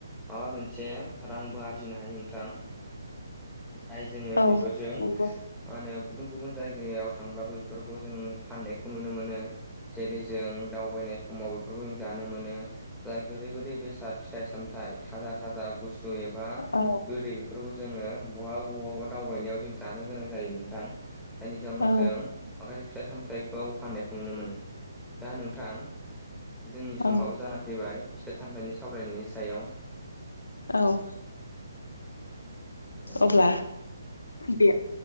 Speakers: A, in the centre; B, on the left.
A: माबा मोनसे रांबो आरजिनो हायो नोंथां जाय जोङो
B: औ
A: बेफोरजों
B: नंगौ
A: मा होनो गुबुन गुबुन जायगायाव थांब्लाबो बेफोरखौ जों फाननायखौ नुनो मोनो जेरै जों दावबायनाय समाव बेफोरखौ जों जानो मोनो जाय गोदै गोदै बेसाद फिथाइ सामथाइ थाजा थाजा गुसु एबा बा
B: औ
A: गोदै बेफोरखौ जोङो बहाबा बहाबा दावबायनायाव जों जानो गोनां जायो नोंथां जायनि जाहनाव
B: औ
A: जों माखासे फिथाइ सामथायाइखौ फाननायखौ नुनो मोनो दा नोंथां जोंनि समाबो
B: औ
A: जानाै फैबाय फिथाइ सामथायनि सावरायनायनि सायाव
B: औ
A: ओ
B: अब्ला दे